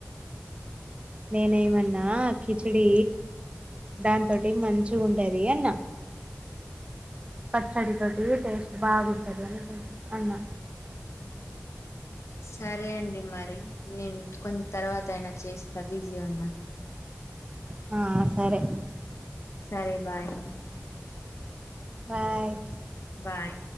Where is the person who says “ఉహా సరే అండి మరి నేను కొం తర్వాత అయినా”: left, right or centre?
Left